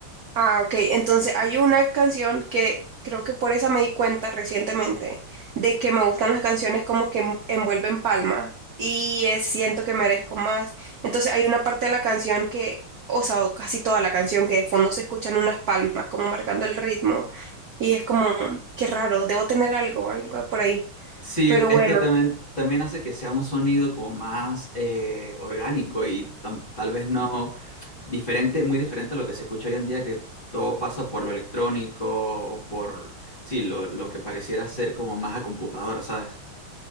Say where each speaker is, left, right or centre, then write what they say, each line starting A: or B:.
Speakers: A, on the right (about 65°); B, on the left (about 30°).
A: Ah, ok. Entonces hay una canción que creo que por esa me di cuenta recientemente de que me gustan las canciones como que en- envuelven palma y eh, siento que merezco más. Entonces hay una parte de la canción que, o sea, o casi toda la canción que de fondo se escuchan unas palmas como marcando el ritmo y es como, qué raro, debo tener algo, algo por ahí.
B: Sí,
A: Pero
B: es
A: bueno,
B: que también, también hace que sea un sonido como más eh, orgánico y tam- tal vez no diferente, muy diferente a lo que se escucha hoy en día, que todo pasa por lo electrónico o por, sí, lo, lo que pareciera ser como más a computadora, ¿sabes?